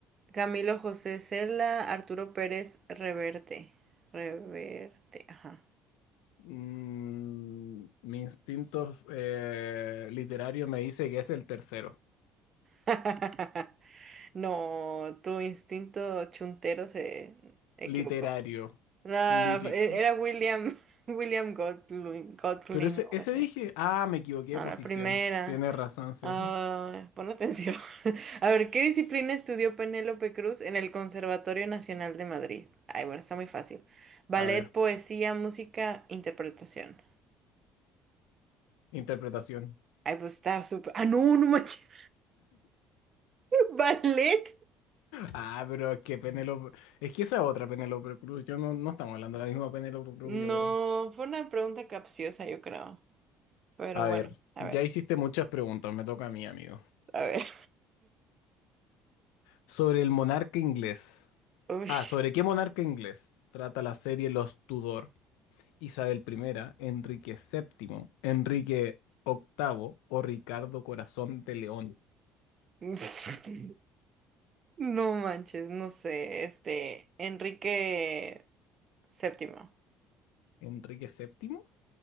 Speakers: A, on the right (about 40°); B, on the left (about 80°).
A: Camilo José Cela, Arturo Pérez Reverte. Reverte, ajá.
B: Mm, mi instinto eh, literario me dice que es el tercero.
A: <laughs> No, tu instinto chuntero se equivocó.
B: Literario,
A: No,
B: lírico.
A: e-, era William, <laughs> William Godwin, Godwin.
B: Pero ese,
A: ¿no?
B: ese dije,
A: eh.
B: ah, me equivoqué
A: No,
B: de posición.
A: la primera.
B: Tienes razón, sí.
A: Ah,
B: sí.
A: pon atención. <laughs> A ver, ¿qué disciplina estudió Penélope Cruz en el Conservatorio Nacional de Madrid? Ay, bueno, está muy fácil. Ballet,
B: A ver.
A: poesía, música, interpretación.
B: Interpretación.
A: Ay, pues está súper. Ah, no, no manches. <laughs> ¿Ballet?
B: Ah, pero es que Penélope. Es que esa otra Penélope Cruz. Yo no, no estamos hablando de la misma Penélope Cruz,
A: No,
B: yo creo.
A: fue una pregunta capciosa, yo creo. Pero
B: A
A: bueno,
B: ver,
A: a
B: ya
A: ver,
B: hiciste muchas preguntas, me toca a mí, amigo.
A: a ver.
B: Sobre el monarca inglés.
A: <laughs>
B: Ah, ¿sobre qué monarca inglés trata la serie Los Tudor? Isabel primera, Enrique VII, Enrique VIII o Ricardo Corazón de León.
A: Uy. <laughs> No manches, no sé. Este, Enrique Séptimo.
B: ¿Enrique VII?